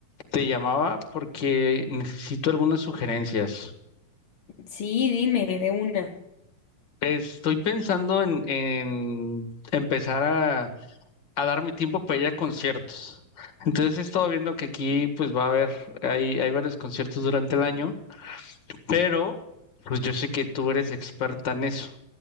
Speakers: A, on the left; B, on the left.
A: te llamaba porque necesito algunas sugerencias.
B: Sí, dime, de una.
A: Estoy pensando en, en empezar a, a darme tiempo para ir a conciertos. Entonces he estado viendo que aquí pues va a haber, hay, hay varios conciertos durante el año, pero pues yo sé que tú eres experta en eso.